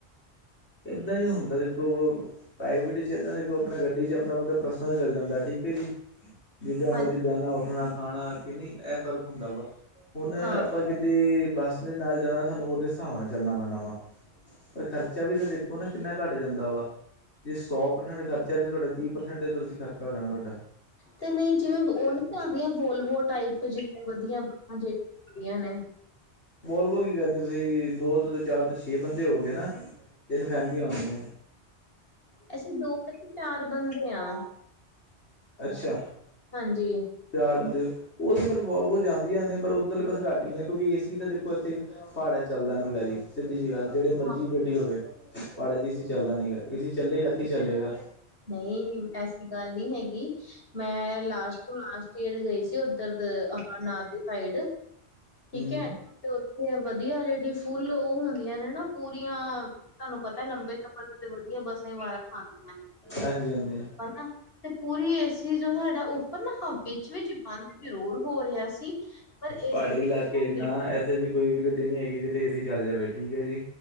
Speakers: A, on the left (about 75°); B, on the left (about 60°).
A: ਏਦਾਂ ਈ ਹੁੰਦਾ ਦੇਖਲੋ ਪ੍ਰਾਈਵੇਟ ਚ ਏਦਾਂ ਦੇਖੋ ਆਪਨਾ ਗੱਡੀ ਚ ਆਪਨਾ ਬੰਦਾ ਪਰਸਨਲ ਚੱਲ ਜਾਂਦਾ ਠੀਕ ਐ ਜੀ। ਜਿੱਦਾਂ ਮਰਜ਼ੀ
B: ਹਾਂ
A: ਬੈਨਾ, ਉੱਠਨਾ, ਖਾਨਾ ਕੇ ਨਈਂ ਏ ਫ਼ਰਕ ਹੁੰਦਾ ਵਾ ਹੁਨ
B: ਹਾਂ
A: ਆਪਾਂ ਤੇ ਬੱਸ ਨੇ ਨਾਲ ਜਾਨਾ ਸਾਨੂੰ ਓਦੇ ਸਾਬ ਨਾਲ ਚੱਲਨਾ ਪੈਨਾ ਵਾ, ਪਰ ਖਰ ਖਰਚਾ ਵੀ ਤਾਂ ਦੇਖੋ ਨਾ ਕਿੰਨਾ ਘੱਟ ਜਾਂਦਾ ਵਾ, ਜੇ ਸੌ ਪ੍ਰਸੈਂਟ ਖਰ ਚਾਏ ਤਾਂ ਤਾਡਾ ਤੀਹ ਪ੍ਰਸੈਂਟ ਤੁਸੀਂ ਖਰਚਾ ਹੋ ਜਾਨਾ ਤੁਆਡਾ।
B: ਤੇ ਨਈ ਜਿਵੇਂ ਉਹ ਨੀ ਆਂਦੀਆਂ ਵੋਲਵੋ ਟਾਇਪ ਜਿਹੜੀਆਂ ਵਧੀਆ ਹੁੰਦੀਆਂ ਨੇ,
A: ਬੋਲਵੋ ਕੀ ਕਰਨੀ ਤੁਸੀਂ ਦੋ ਤੇ ਦੋ ਚਾਰ ਤੇ ਛੇ ਬੰਦੇ ਹੋ ਗਏ ਨਾ। ਤਿੰਨ ਫੈਮਲੀਆਂ ਹੁੰਦੀਆਂ।
B: ਅੱਛਾ ਦੋ ਤੇ ਚਾਰ ਬੰਦੇ ਆ।
A: ਅੱਛਾ,
B: ਹਾਂਜੀ
A: ਚਾਰ ਬੰਦੇ, ਉਹ ਤਾਂ ਫਿਰ ਵੋਲਵੋ ਜਾਂਦੀਆਂ ਨੇ ਪਰ ਉਧਰਲੇ ਪਾਸੇ ਘੱਟ ਗਏ ਕਿਉਂਕਿ ਏਸੀ ਤਾਂ ਦੇਖੋ ਇਥੇ ਪਹਾੜਾਂ ਚ ਚੱਲਦਾ ਨੀ ਗਾ ਜੀ, ਸਿੱਧੀ ਜੀ ਗੱਲ ਜੇੜੀ ਮਰਜ਼ੀ
B: ਹਾਂ,
A: ਗੱਡੀ ਹੋਵੇ। ਪਹਾੜਾਂ ਚ ਏਸੀ ਚੱਲਦਾ ਨੀ ਗਾ, ਏਸੀ ਚੱਲੇਗਾ ਏਥੀ ਚੱਲੇਗਾ।
B: ਨ‌ਈ, ਐਸੀ ਗੱਲ ਨੀ ਹੈਗੀ। ਮੈਂ ਲਾਸਟ ਟੂ ਲਾਸਟ ਇਅਰ ਗਈ ਸੀ ਉੱਧਰ ਦ ਅਮਰਨਾਥ ਸਾਈਡ, ਠੀਕ ਐ।
A: ਹੂੰ
B: ਤੇ ਉੱਥੇ ਵਧੀਆ ਜੇੜੀ ਫੁੱਲ ਓ ਹੁੰਦੀਆਂ ਨੇ ਨਾ ਪੂਰੀਆਂ ਤਾਨੂੰ ਪਤਾ ਲੰਬੇ ਸਫ਼ਰ ਤੇ ਤਾ ਵਧੀਆ ਬੱਸਾਂ ਵਾਰਾਂ ਖਾਂਦੀਆਂ ਨੇ।
A: ਹਾਂਜੀ ਹਾਂਜੀ
B: ਤੇ ਪੂਰੀ ਏ ਸੀ ਜੋ ਸਾਡਾ ਉੱਪਰ ਨਾ ਹਾਂ ਵਿੱਚ ਵਿਚ ਈ ਬੰਦ ਜ਼ਰੂਰ ਹੋ ਰਿਆ ਸੀ। ਪਰ
A: ਪਹਾੜੀ
B: ਏਸੀ
A: ਇਲਾਕੇ
B: ਜ਼ਰੂਰ
A: ਅ ਨਾ ਐਸੇ ਐਸੀ ਕੋਈ ਵੀ ਗੱਡੀ ਨੀ ਹੈਗੀ ਜਿੱਥੇ ਏ ਸੀ ਚੱਲ ਜਾਵੇ। ਠੀਕ ਏ ਜੀ।